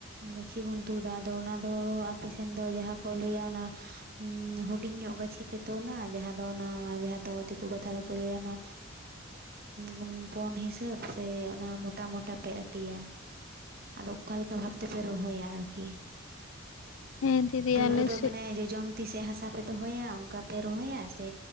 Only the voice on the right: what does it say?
ᱜᱟᱹᱪᱷᱤ ᱵᱚᱱ ᱛᱩᱫᱟ, ᱟᱫᱚ ᱚᱱᱟ ᱫᱚ ᱟᱯᱮ ᱥᱮᱱ ᱫᱚ ᱡᱟᱦᱟᱸ ᱠᱚ ᱞᱟᱹᱭᱟ ᱚᱱᱟ ᱩᱸ ᱦᱩᱰᱤᱧ ᱧᱚᱜ ᱜᱟᱹᱪᱷᱤ ᱯᱮ ᱛᱚᱞᱟ, ᱡᱟᱦᱟᱸ ᱫᱚ ᱚᱱᱟ ᱡᱟᱦᱟᱸ ᱫᱚ ᱫᱤᱠᱩ ᱠᱟᱛᱷᱟ ᱫᱚᱠᱚ ᱞᱟᱹᱭᱟ ᱚᱱᱟ ᱦᱚᱸ ᱯᱚᱱ ᱦᱤᱥᱟᱹᱵ ᱥᱮ ᱚᱱᱟ ᱢᱚᱴᱟ ᱢᱚᱴᱟ ᱯᱮ ᱟᱹᱴᱤᱭᱟ? ᱟᱫᱚ ᱚᱠᱟ ᱞᱮᱠᱟ ᱵᱷᱟᱵᱽ ᱛᱮ ᱯᱮ ᱨᱚᱦᱚᱭᱟ ᱟᱨᱠᱤ?
ᱯᱳᱭᱞᱳ
ᱫᱚ
ᱢᱟᱱᱮ ᱡᱚᱡᱚᱢ ᱛᱤ ᱥᱮᱜ ᱦᱟᱥᱟ ᱯᱮ ᱫᱚᱦᱚᱭᱟ ᱚᱝᱠᱟ ᱯᱮ ᱨᱚᱦᱚᱭᱟ ᱥᱮ